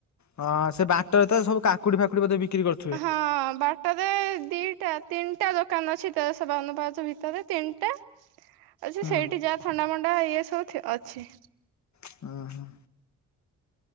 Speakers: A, on the left (about 45°); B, on the right (about 75°).
A: ହଁ ସେ ବାଟରେ ତ ସବୁ କାକୁଡି ଫାକୁଡି ବୋଧେ ବିକ୍ରି କରୁ
B: ହଁ ବା ଟରେ ଦିଇଟା ତିନିଟା ଦୋକାନ ଅଛି ତେରଶ ବାଉନ ପାହାଚ ଭିତରେ। ତିନିଟା ଅଛି।
A: ହୁଁ
B: ସେଇଠି ଯାହା ଥଣ୍ଡା ମଣ୍ଡା ଇଏ ସବୁ ଥି ଅଛି।
A: ଉଁ ହୁଁ